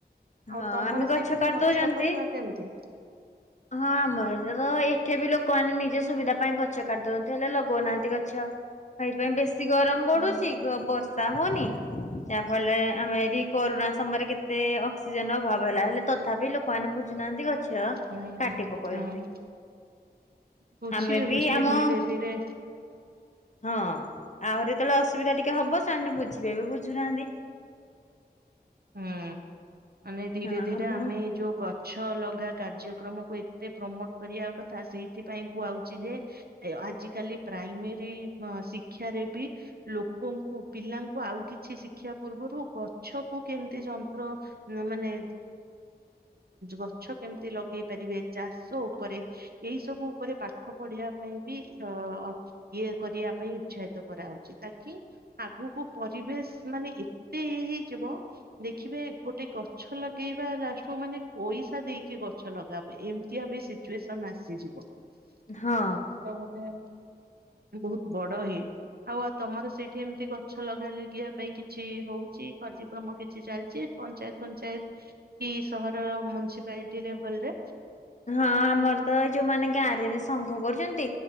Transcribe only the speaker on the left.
ହଁ
ଆମେ ଗଛ
କାଟି
ଦଉଛନ୍ତି
ହଁ ଆମର ତ ଏଠି ବି ଲୋକମାନେ ନିଜ ସୁବିଧା ପାଇଁ ଗଛ କାଟିି ଦଉଛନ୍ତି ହେଲେ ଲଗଉନାହାନ୍ତି ଗଛ। ହେଇଥି ପାଇଁ ବେଶୀ ଗରମ ବଢୁଛି
ବର୍ଷା ହଉନି ଯାହାଫଳରେ ଆମେ ଏଇଟି କରୁଣା ସମୟରେ କେତେ ଅକ୍ସିଜେନ ଅଭାବ ହେଲା ହେଲେ ତଥାପି ଲୋ କୁଣ ବୁଝୁନାହାନ୍ତି ଗଛ
କାଟି ପକଉଛନ୍ତି
ଆମେ ବି
ଆମ
ହଁ ଆହୁରି ଯେତେବେଳେ ଅସୁବିଧା ଟିକେ ହବ ସେମାନେ ବୁଝିବେ ଏବେ ବୁଝୁନାହାଁନ୍ତି।
ହଁ
ଆମ
ହଁ
ହଁ ଆମର ତ ଏଇ ଯଉମାନେ ଗାଁରେ ବି ସଂଘ କରିଛନ୍ତି